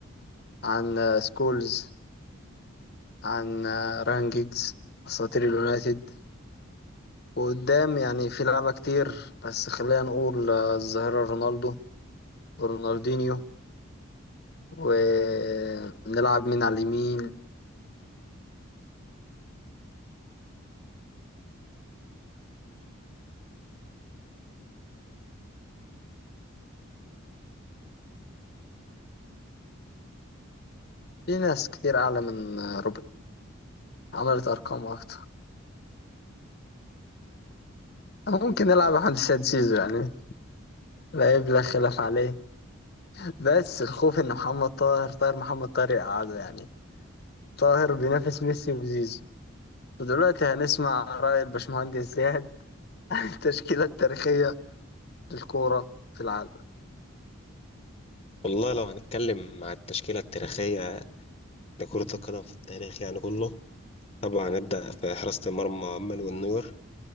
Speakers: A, on the left; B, on the left.
A: عن آه، سكولز عن آه، راهان جيجز أساطير اليونايتد وقدام يعني في لعبة كتير بس خلينا نقول آه، الظاهرة رونالدو ورونالدينيو ونلعب مين على اليمين في ناس كتير أعلى من روبن عملت أرقام أكتر ممكن نلعب عند سيد زيزو يعني لا يبلغ خلاف عليه بس الخوف إن محمد طاهر طاهر محمد طاهر يقعده يعني طاهر بينافس ميسي وزيزو ودلوقتي هنسمع رأي الباشمهندس زياد <laughs> التشكيلة التاريخية للكورة في العالم
B: والله لو هنتكلم على التشكيلة التاريخية لكرة القدم في التاريخ يعني كله طبعا نبدأ في حراسة المرمى أمل والنور